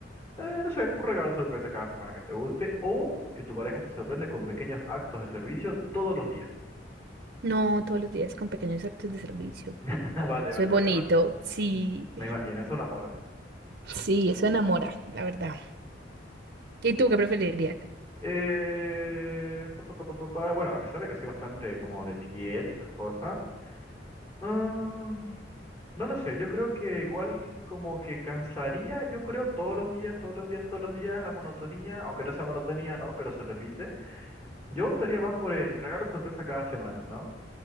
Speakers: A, on the left; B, on the right.
A: eh, no sé, un regalo sorpresa cada semana que te guste o que tu pareja te sorprende con pequeños actos de servicio todos los días.
B: no, todos los días con pequeños actos de servicio.
A: <laughs> Vale,
B: Eso
A: vale,
B: es
A: vale,
B: bonito,
A: bueno.
B: sí,
A: Me imagino, eso enamora
B: sí, eso enamora, la verdad. ¿Y tú qué preferirías?
A: Eh, pa, pa, pa, pa, pa, pa. Bueno, a pesar de que soy bastante como de piel y esas cosas, mm, no lo sé, yo creo que igual como que cansaría, yo creo todos los días, todos los días, todos los días, la monotonía, aunque no sea monotonía, ¿no? Pero se repite. Yo optaría más por el regalo sorpresa cada semana, ¿no?